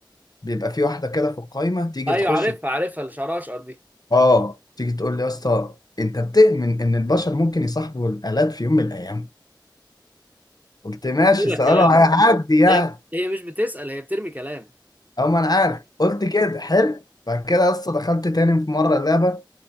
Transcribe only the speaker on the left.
بيبقى في واحده كده في القايمه تيجي
تخش
اه تيجي تقول لي يا اسطى انت بتؤمن ان البشر ممكن يصاحبوا الالات في يوم من الايام قلت ماشي
سؤاله
هيعدي يعني
او ما انا عارف قلت كده حلو بعد كده يا اسطى دخلت تاني في مره لعبه